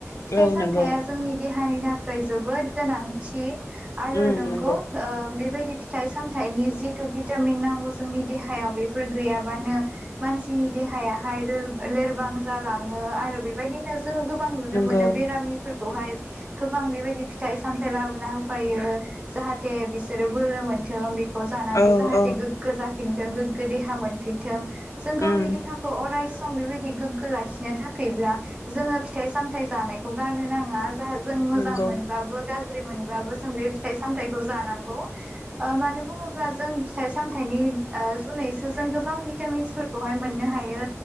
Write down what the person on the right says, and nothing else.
फिथाइ
सामथाइया
जोंनि दे दहानि थाखाय जोबोद गोनांथि। आरो
नोंगौ
ओ बेबायदि फिथाइ सामथाइनि जिथु भिटामिन नांगौ जोंनि देहायाव बेफोर गैयाबानो मानसिनि देहायाहाय लोर लोरबां जालांङो आरो बेबायदिनो जोंङो गोबां नुनो
मोनो बेरामिफोर खौ हाय गोबां बेबायदि फिथाइ सामथाइ लाबोना होफैयो जाहाथ थे बिसोरो बोलो मोनथों बिखौ खौ जानानै
जाहाथे
गोग्गो जाफिनथों जों गोग्गो देहा मोनफिनथों जों गावनि
देहाखौ अराय सम बेबायदि गोग्गो लाखिनो थाखायब्ला जोंङो फिथाइ-सामथाइ जानायखौ गारनो नांङा। जा जों मोजां
मोनब्लाबो गाज्रि मोनबाबो जों बे फिथाइ-सामथाइ खौ जानांगौ ओ मानो बुंङोब्ला जों फिथाइ-सामथाइनि ओ जुनैसो जों गोबां भिटामिन्सफोरखौहाय मोननो हायो